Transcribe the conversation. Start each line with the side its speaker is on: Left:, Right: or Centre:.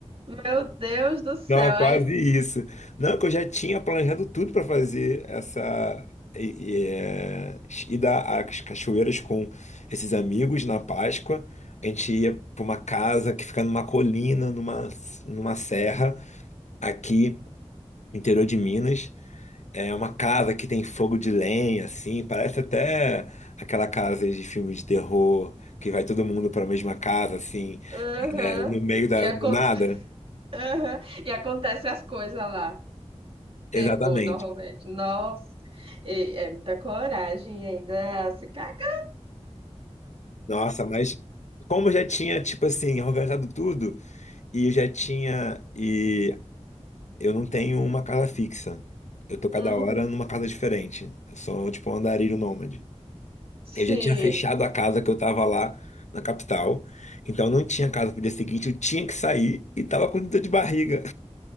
Right: Meu Deus do céu!
Left: Não, é quase
Right: Aí,
Left: isso. Não, que eu já tinha planejado tudo para fazer essa e, e, é, ir dar as cachoeiras com esses amigos na Páscoa. A gente ia para uma casa que fica numa colina, numa, numa serra, aqui, interior de Minas. É uma casa que tem fogo de lenha, assim, parece até aquela casa de filme de terror, que vai todo mundo para a mesma casa, assim,
Right: aham,
Left: é, no meio da,
Right: e, acon-
Left: do nada.
Right: aham, e acontece as coisas lá.
Left: Exatamente.
Right: Terror, normalmente. Nossa! E é muita coragem e ainda se caga.
Left: Nossa, mas como eu já tinha, tipo assim, organizado tudo, e eu já tinha, e eu não tenho uma casa fixa. Eu tô cada
Right: Uhum.
Left: hora numa casa diferente. Eu sou, tipo, um andarilho nômade.
Right: Sim.
Left: Eu já tinha fechado a casa que eu tava lá na capital, então não tinha casa pro dia seguinte, eu tinha que sair e tava com dor de barriga.